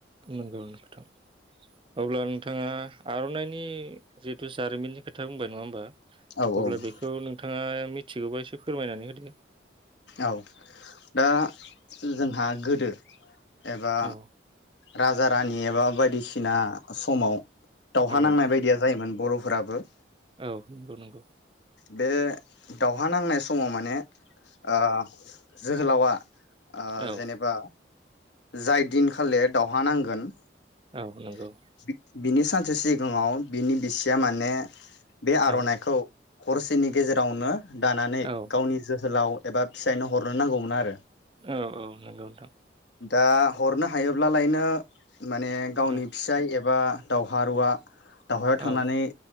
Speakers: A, on the right; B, on the left.
A: नोंगौ नोंथा अब्ला नोंथांङा आर'नाइनि जिथु जारिमिननि खोथा बुंबाय नंङा होमबा
B: औ औ
A: अब्ला बेखौ नोंथांङा मिथिगौबा एसे फोरमायनानै होदो
B: औ दा जोंहा गोद दो एबा
A: औ
B: राजा रानि एबा बायदिसिना समाव दावहा
A: औ नोंथां
B: नांनाय बायदिया जायोमोन बर' फोराबो
A: औ नंगौ नंगौ।
B: बे दावहा नांनाय समाव माने ओ जोहोलावा ओ
A: औ
B: जेनेबा जाय दिनखालि दावहा नांगोन
A: औ नंगौ।
B: <unintelligible> बिनि सानसे सिगाङाव बिनि बिसिया माने बे आर'नाइखौ
A: औ
B: हरसेनि गेजेरावनो दानानै
A: औ
B: गावनि जोहोलाव एबा फिसायनो हरनो नांगौमोन आ
A: औ औ नंगौ नोंथां।
B: दा हरनो हायोब्लालायनो माने गावनि
A: औ
B: फिसाय एबा एबा दावहारुवा दावहायाव थांनानै
A: औ